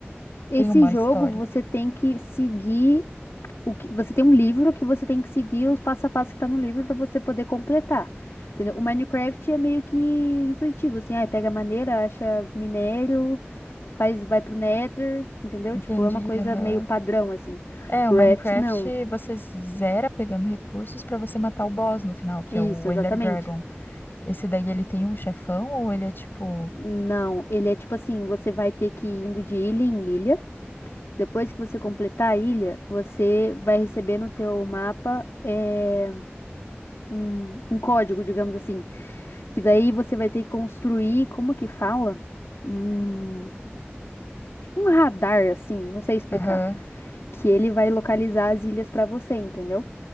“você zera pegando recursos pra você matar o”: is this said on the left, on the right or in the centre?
Left